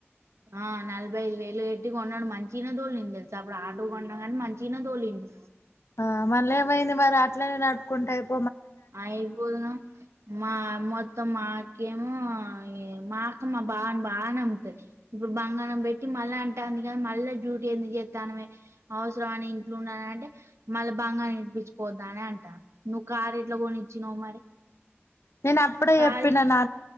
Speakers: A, on the right (about 80°); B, on the left (about 70°).
A: ఆ నలబయి వై. లేట్ గొన్నడు మంచినే దొలింది తెలుసా అప్పుడు ఆటొ కొన్నా కాని మంచినే తోలింది.
B: ఆ మళ్ళీ ఏమైంది మరి అట్లనే నడుపుకుంటె అయిప్.
A: అయిపోదును మ మొత్తం అడి. గేము ఎ మా అక్క మా బావ బాగ నమ్ముతది ఇప్పుడు బంగారం పెట్టి మళ్ళ అంటాంది కదా మళ్ళ డ్యూటీ ఎందుకు జేత్తాన్నవే అవసరం నేను ఇంట్లో ఉన్న అంటే మల్ల బంగారం ఏడిపించి పోతా అని అంటాంది. కార్ ఎట్లా కొనిచ్చినవ్ మరి.
B: నేను అప్పుడే
A: కారు
B: చెప్పిన
A: ఇది
B: నా